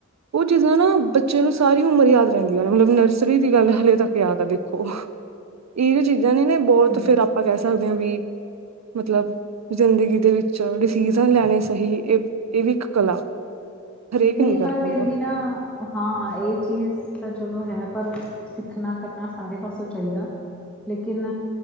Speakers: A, on the right; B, in the centre.
A: ਉਹ ਚੀਜ਼ਾਂ ਨਾ ਬੱਚੇ ਨੂੰ ਸਾਰੀ ਉਮਰ ਯਾਦ ਰਹਿੰਦੀਆਂ ਨੇ ਮਤਲਬ ਨ ਸਰੀ ਦੀ ਗੱਲ ਹੱਲੇ ਤੱਕ ਯਾਦ ਆ ਦੇਖੋ ਇਹ ਜੋ ਚੀਜ਼ਾਂ ਨੀ ਨਾ ਬੋਹਤ
B: ਹਮ,
A: ਫਿਰ ਆਪ ਆਪਾਂ ਕਹਿ ਸਕਦੇ ਹਾਂ ਵੀ ਮਤਲਬ ਜ਼ਿੰਦਗੀ ਦੇ ਵਿੱਚ ਡਿਸੀਜ਼ਨ ਲੈਣੇ ਸਹੀ ਇਹ-ਇਹ ਵੀ ਇੱਕ ਕਲਾ। ਹਰੇਕ
B: ਨਹੀਂ
A: ਕਰ
B: ਪਰ
A: ਪਾਉਂਦਾ
B: ਫੇਰ ਵੀ ਨਾ ਹਾਂ ਇਹ ਚੀਜ਼ ਤਾਂ ਚਲੋ ਹੈ ਪਰ ਸਿੱਖਣਾ ਕਰਨਾ ਸਾਰੇ ਪਾਸੋਂ ਚਾਹੀਦਾ। ਲੇਕਿਨ